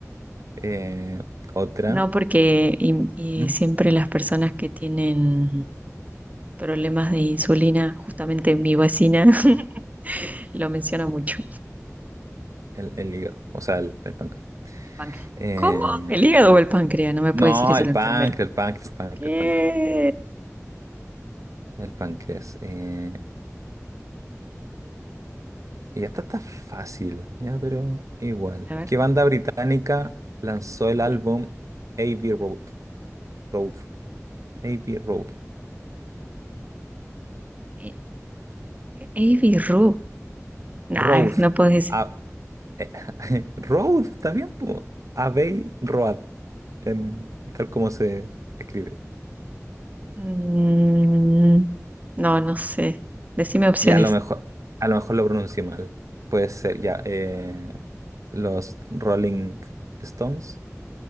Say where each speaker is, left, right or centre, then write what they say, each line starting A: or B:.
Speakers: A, on the right (about 75°); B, on the right (about 30°).
A: Eh, otra.
B: no porque y y
A: ¿Mm?
B: siempre las personas que tienen problemas de insulina, justamente mi vecina <laughs> lo menciona mucho.
A: El, el hígado, o sea, el, el páncreas.
B: El páncreas.
A: Eh,
B: ¿Cómo? ¿El hígado o el páncreas? No me
A: no,
B: puede decir eso
A: el
B: la enfermera.
A: páncreas, el páncreas, el páncreas,
B: ¿Qué?
A: el páncreas. El páncreas. eh, Y esta está fácil, ya, pero igual.
B: A ver.
A: ¿Qué banda británica lanzó el álbum
B: eh,
A: Abbey Road? Road. Abbey Road.
B: eh, eh, birru. Nah,
A: Road.
B: no puedes decir.
A: A- <laughs> Road, ¿está bien? po? Abbey Road, en- tal como se escribe.
B: Mm, no, no sé. Decime opciones.
A: Ya, a lo mejor, a lo mejor lo pronuncié mal. Puede ser, ya. eh, los Rolling Stones,